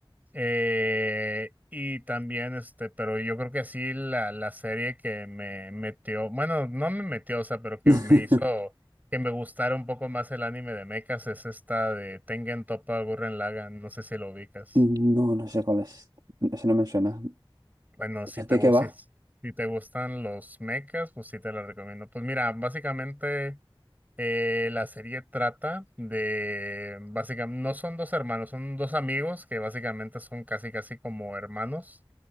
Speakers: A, on the right; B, on the right.
A: eh, y también, este, pero yo creo que sí, la, la serie que me metió, bueno, no me metió, o sea, pero que
B: <laughs>
A: me hizo que me gustara un poco más el anime de mechas es esta de Tengen Toppa Gurren Lagann, no sé si lo ubicas.
B: No, no sé cuál es. Ese no me suena.
A: Bueno, si te,
B: ¿De
A: gu-
B: qué va?
A: si, si te gustan los mechas, pues sí te la recomiendo. Pues mira, básicamente eh, la serie trata de, básicamente, no son dos hermanos, son dos amigos que básicamente son casi, casi como hermanos